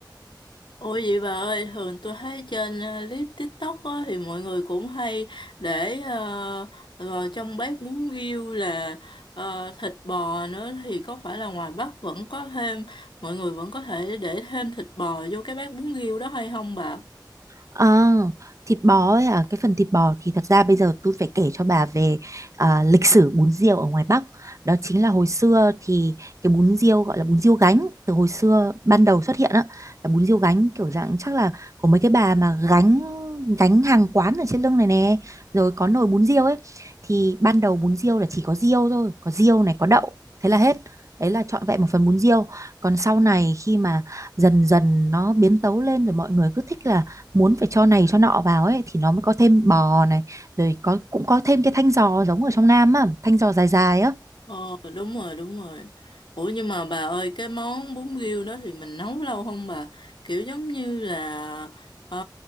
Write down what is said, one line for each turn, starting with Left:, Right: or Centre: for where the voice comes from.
Left: Ủa vậy bà ơi, thường tôi thấy trên ờ, clip TikTok á, thì mọi người cũng hay để ờ, rồi trong bếp bún riêu là ờ, thịt bò nữa thì có phải là ngoài Bắc vẫn có thêm, mọi người vẫn có thể để thêm thịt bò vô cái bát bún riêu đó hay không bà?
Right: Ờ, thịt bò ấy à, cái phần thịt bò thì thật ra bây giờ tôi phải kể cho bà về à, lịch sử bún riêu ở ngoài Bắc. Đó chính là hồi xưa thì cái bún riêu gọi là bún riêu gánh từ hồi xưa ban đầu xuất hiện á là bún riêu gánh kiểu dạng chắc là của mấy cái bà mà gánh gánh hàng quán ở trên lưng này nè rồi có nồi bún riêu ấy thì ban đầu bún riêu là chỉ có riêu thôi có riêu này có đậu thế là hết đấy là trọn vẹn một phần bún riêu còn sau này khi mà dần dần nó biến tấu lên rồi mọi người cứ thích là muốn phải cho này cho nọ vào ấy thì nó mới có thêm bò này rồi có cũng có thêm cái thanh giò giống ở trong Nam á thanh giò dài dài á
Left: Ờ đúng rồi đúng rồi Ủa nhưng mà bà ơi cái món bún riêu đó thì mình nấu lâu không bà Kiểu giống như là ờ,